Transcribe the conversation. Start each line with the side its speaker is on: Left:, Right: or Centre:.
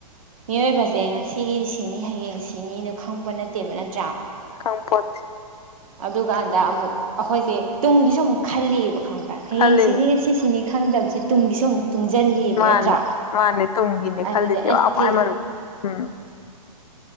Right: ꯃꯤꯑꯣꯏꯕꯁꯦ ꯉꯁꯤꯒꯤ ꯁꯤꯅꯤ ꯍꯌꯦꯡ ꯁꯤꯅꯤꯅꯣ ꯈꯪꯉꯛꯄ ꯅꯠꯇꯦꯕ ꯅꯠꯇ꯭ꯔꯥ
Left: ꯀꯥꯡꯝꯄꯠ
Right: ꯑꯗꯨꯀꯥꯟꯗ ꯑꯃꯨꯛ ꯑꯩꯈꯣꯏꯁꯦ ꯇꯨꯡꯒꯤꯁꯨ ꯑꯃꯨꯛ ꯈꯜꯂꯤꯦꯕ ꯈꯪꯕ꯭ꯔꯥ ꯍꯌꯦꯡ
Left: ꯈꯜꯂꯤꯅꯤ
Right: ꯁꯤꯅꯤ ꯁꯤꯁꯤꯅꯤ ꯈꯪꯗꯕꯁꯦ ꯇꯨꯡꯒꯤꯁꯨ ꯑꯃꯨꯛ ꯇꯨꯡꯁꯤꯜꯂꯤꯕ
Left: ꯃꯥꯅꯤ
Right: ꯅꯠꯇ꯭ꯔꯥ
Left: ꯃꯥꯅꯦ ꯇꯨꯡꯒꯤꯅꯦ
Right: ꯑꯗꯨꯗꯤ
Left: ꯈꯜꯂꯤꯁꯦ
Right: ꯑꯩꯗꯤ
Left: ꯋꯥ ꯈ꯭ꯋꯥꯏ ꯃꯔꯨ ꯎꯝ